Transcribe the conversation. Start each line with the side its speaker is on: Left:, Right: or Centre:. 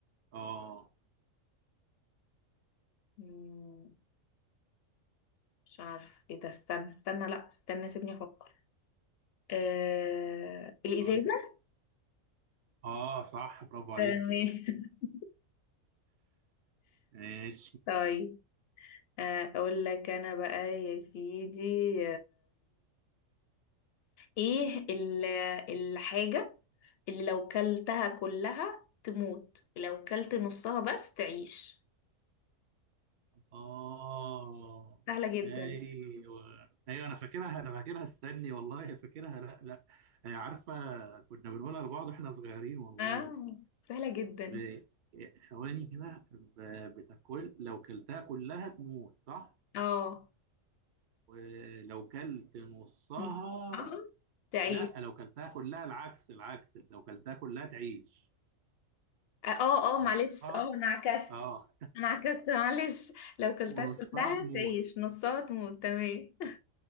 Right: اه
Left: مم، مش عارفة ايه ده استنى استنى لا استنى سيبني أفكر آه... الإزازة
Right: قاري اه صح برافو عليكي
Left: تمام <laughs>
Right: ماشي
Left: طيب آه، أقول لك أنا بقى يا سيدي ايه ال- الحاجة اللي لو كلتها كلها تموت ولو كلت نصها بس تعيش
Right: اه
Left: سهلة جدا
Right: ايوه ايوه انا فاكرها انا فاكرها استني والله فاكرها لا لا آه، عارفه كنا بنقولها لبعض واحنا صغيرين والله
Left: اه
Right: بس
Left: سهلة جدا
Right: ب- ثواني كده ب- بتاكل لو كلتها كلها تموت صح
Left: اه
Right: ولو كلت نصها
Left: مم. اه تعيش
Right: لا لو كلتها كلها العكس العكس لو كلتها كلها تعيش
Left: اه اه آه، معلش
Right: ونصها
Left: اه انا عكست
Right: اه
Left: انا عكست معلش لو كلتها
Right: ونصها
Left: كلها
Right: تموت
Left: تعيش نصها تموت تمام